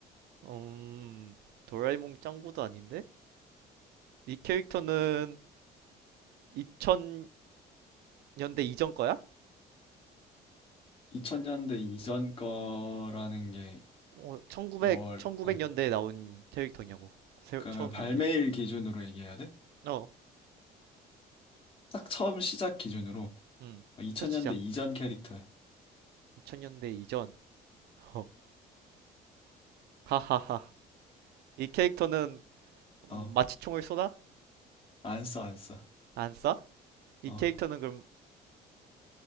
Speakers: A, on the right (about 75°); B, on the left (about 30°).
A: 음, 도라에몽 짱구도 아닌데? 이 캐릭터는 2000년대 이전 거야?
B: 2000년대 이전 거라는 게
A: 어, 1900,
B: 뭘,
A: 구백
B: 어,
A: 년대에 나온 캐릭터냐고. 새,
B: 그러면
A: 처음
B: 발매일
A: 나온 게.
B: 기준으로 얘기해야 돼?
A: 어,
B: 딱 처음 시작 기준으로
A: 음.
B: 2000년대
A: 첫 시작.
B: 이전 캐릭터야.
A: 2000년대 이전. 어, 하하하. 이 캐릭터는 마취총을
B: 어,
A: 쏘나?
B: 안 써, 안 써.
A: 안 쏴? 이
B: 어,
A: 캐릭터는 그럼,